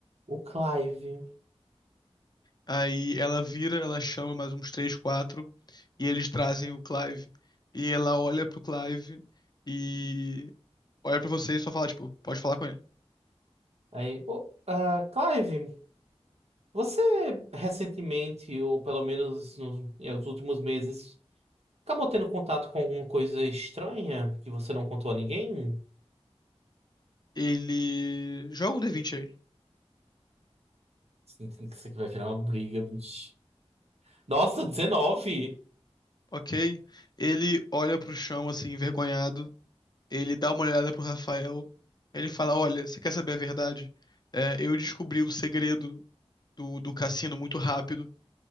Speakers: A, on the right; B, on the left.
A: o Clive.
B: Aí ela vira, ela chama mais uns três, quatro, e eles trazem o Clive. E ela olha pro Clive e olha pra você e só fala, tipo, pode falar com ele.
A: Aí, ô, ah, Clive, você recentemente, ou pelo menos nos, nos últimos meses, acabou tendo contato com alguma coisa estranha que você não contou a ninguém?
B: Ele joga um D20 aí,
A: Sinto que Isso aqui vai virar uma briga, bicho. Nossa, dezenove
B: ok? Ele olha pro chão, assim, envergonhado, ele dá uma olhada pro Rafael, ele fala: Olha, você quer saber a verdade? É, eu descobri o segredo do, do cassino muito rápido.